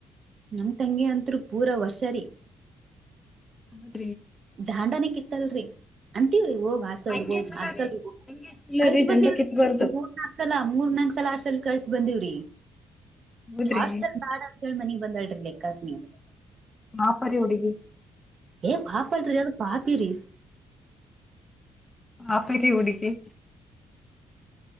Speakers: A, on the right; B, on the left.
A: ನಮ್, ತಂಗಿ ಅಂತ್ರು, ಪೂರಾ ವರ್ಷ, ರೀ. <inaudible>
B: ಹ್ಮ್. <inaudible>
A: ಜಾಂಡನಕ್, ಇತ್ತಲ್ರಿ, ಅಂತೀವ. <inaudible> ಹೋಗ್, ಹಾಸ್ಟಲ್,
B: ಹಂಗೆ
A: ಹೋಗ್
B: ಚಲೋ
A: ಹಾಸ್ಟಲ್,
B: ರೀ
A: ಹೋಗು,
B: ಹಂಗೆ ಚಲೋ
A: ಕಲ್ಲಶಾಬಂಧಿಮಿರಿ,
B: ರೀ ಜಂಡ ಕಿತ್ಬಾರ್ದು
A: ಮೂರು, ನಾಲ್ಕು, ಸಲ. <inaudible> ಮೂರ್, ನಾಲ್ಕು, ಸಲ, ಹಾಸ್ಟೆಲ್,, ಕಲಾಶು ಬಂದೀವ್ರಿ,
B: ಹೌದ್ರಿ
A: ಹಾಸ್ಟೆಲ್, ಬೇಡ, ಅಂತ ಹೇಳಿ! ಮನೆ. <inaudible> ಬಂದಲ್ರಿ, ಲೇಕಾಕ್ಕಿಣಿವು. <inaudible>
B: ಮಾಪರಿ, ಹೋಗಿದಿರಿ. <inaudible>
A: ಏ, ಪಪಲಾರಿ, ಪಾಪಿರಿ. <inaudible>
B: ಹಪಲೀಕಿ, ವಾಡಿತಿ. <inaudible>